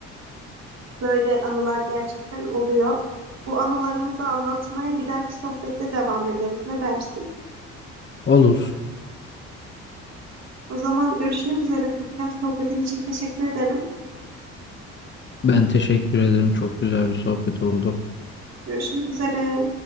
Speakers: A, on the right (about 50°); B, on the left (about 35°).
A: Böyle anılar gerçekten oluyor. Bu anılarımızı anlatmaya bir dahaki sohbette devam ederiz. Ne dersin?
B: Olur.
A: O zaman görüşmek üzere Furkan. Sohbetin için teşekkür ederim.
B: Ben teşekkür ederim. Çok güzel bir sohbet oldu.
A: Görüşmek üzere.